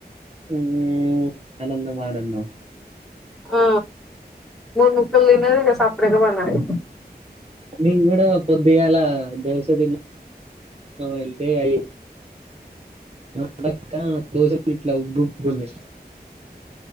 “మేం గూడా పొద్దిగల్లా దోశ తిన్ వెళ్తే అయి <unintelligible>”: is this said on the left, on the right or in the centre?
Right